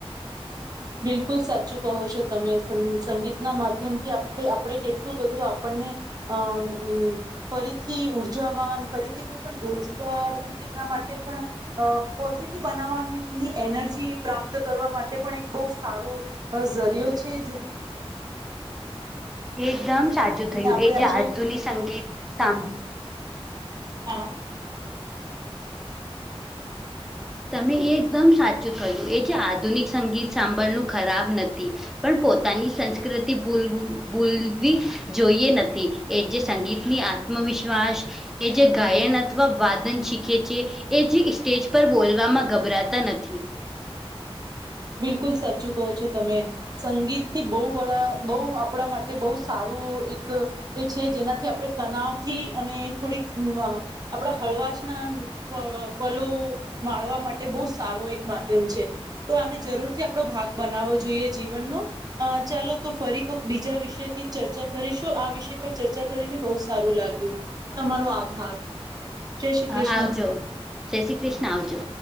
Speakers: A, on the right; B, in the centre.
A: બિલકુલ સાચું કહો છો તમે સ સંગીતના માધ્યમથી આપણે કેટલું બધું આપણને હ હમ ફરીથી ઉર્જાવાન ફરીથી કોઈ પણ રોજગાર અને એના માટે પણ અ પોઝિટિવ બનાવવાની એનર્જી પ્રાપ્ત કરવા માટે પણ એક બહુ સારોઝરિયો છે.
B: એકદમ સાચું
A: જેને
B: થયું
A: આપણે
B: એ જે આધુનિક સંગીત સાભળ
A: હા
B: તમે એ એકદમ સાચું થયું એ જે આધુનિક સંગીત સાંભળનું ખરાબ નથી પણ પોતાની સંસ્કૃતિ ભૂલવુ ભૂલવી જોઈએ નથી એ જે સંગીતની આત્મવિશ્વાસ એ જે ગાયન અથવા વાદન શીખે છી એ જે સ્ટેજ પર બોલ વા માં ગભરાતા નથી.
A: બિલકુલ સાચું કહો છો તમે. સંગીતથી બહુ બા બહુ આપણા માટે બહુ સારું એક એ છે જેનાથી આપણે તનાવથી અને થોડીક આપણા હળવાશના પ પલો માળવા માટે બહુ સારો એક માધ્યમ છે. તો આને જરૂરથી આપણો ભાગ બનાવવો જોઈએ જીવનનો અ ચાલો તો ફરી કોક બીજા વિષ થી ચર્ચા કરીશું આ વિષય પર ચર્ચા કરીને બહુ સારું લાગ્યું તમારો આભાર. જય શ્રી કૃષ્ણ
B: આવજો જય શ્રી કૃષ્ણ આવજો.